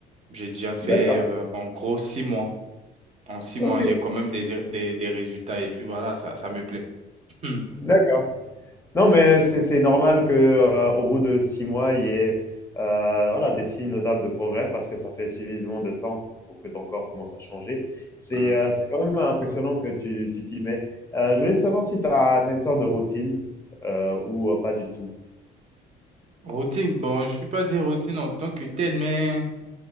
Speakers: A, on the right; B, on the left.
A: J'ai déjà fait,
B: D'accord,
A: euh, en gros six mois. En six
B: ok,
A: mois, j'ai quand même des, des, des résultats et puis voilà, ça, ça me plaît. Hmm.
B: d'accord. Non, mais c'est c'est normal que, euh, au bout de six mois, il y ait euh, voilà, des signes notables de progrès parce que ça fait suffisamment de temps pour que ton corps commence à changer. C'est
A: Hmm.
B: euh, c'est quand même impressionnant que tu tu t'y mets. Heu, je voulais savoir si tu as une sorte de routine, heu, ou, heu, pas du tout?
A: Routine, bon, je ne peux pas dire routine en tant que telle, mais